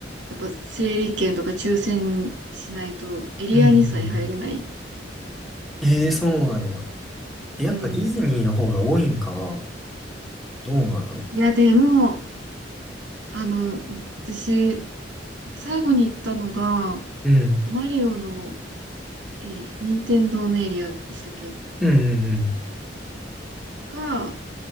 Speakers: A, on the right; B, in the centre.
A: やっぱ整理券とか抽選しないとエリアにさえ入れない。
B: うんうんうん。えー、そうなんや。
A: なんか、
B: えやっぱディズニーの方が多いんかな
A: うん。
B: どうなの
A: いや、でも、あの、私、最後に行ったのが、
B: うん。
A: マリオの、え、任天堂のエリアでしたっけ
B: うんうん
A: が、